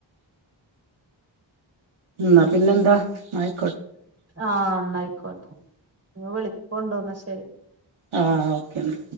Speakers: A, on the right; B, on the right.
A: ന്ന പിന്നെന്താ? <unintelligible>
B: ആഹ് ന്നയിക്കോട്ടെ <unintelligible> വിളി കൊണ്ടു ന്ന ശരി.
A: ആഹ് ഓക്കെ ന്നാ.